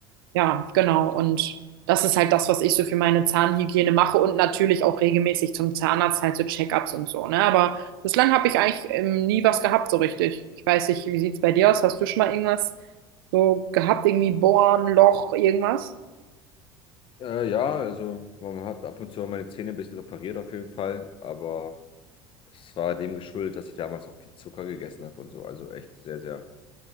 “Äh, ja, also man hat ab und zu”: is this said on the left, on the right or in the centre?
Left